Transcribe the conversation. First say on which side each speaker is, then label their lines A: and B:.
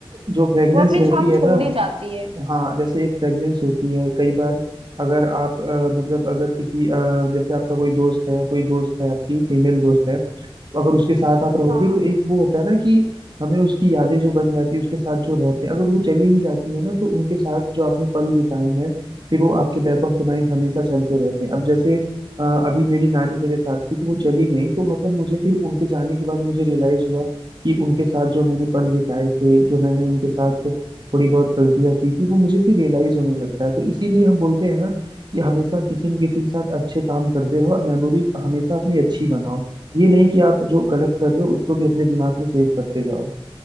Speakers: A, on the right; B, on the right.
A: जो फ्रेग्रेंस
B: वो अपनी
A: रहती
B: छाप
A: है
B: छोड़
A: ना
B: ही जाती है
A: हाँ जैसे एक फ्रेगनेंस होती है कई बार अगर आप अ, मतलब अगर किसी अ, जैसे आपका कोई दोस्त है या कोई दोस्त है आपकी फीमेल दोस्त है तो अगर उसके साथ आप रहोगे
B: हाँ
A: तो एक वो होता है ना कि हमें उसकी यादें जो बन जाती है उसके साथ जो रहते हैं अगर वो चली भी जाती है ना तो उनके साथ जो आपने पल बिताए हैं फिर वो आपके बैक ऑफ द माइंड हमेशा चलते रहते हैं अब जैसे अ, अभी मेरी नानी मेरे साथ थी तो वो चली गई तो मतलब मुझे फिर उनके जाने के बाद मुझे रियलाइज हुआ कि उनके साथ जो मैंने पल बिताए थे जो मैंने उनके साथ थोड़ी बहुत गलतियां की थी वो मुझे फिर रियलाइज होने लगता है तो इसीलिए हम बोलते हैं ना कि हमेशा किसी न किसी के साथ अच्छे काम करते रहो और मेमोरीज हमेशा अपनी अच्छी बनाओ ये नहीं कि आप जो गलत कर रहे हो उसको भी अपने दिमाग में सेव करते जाओ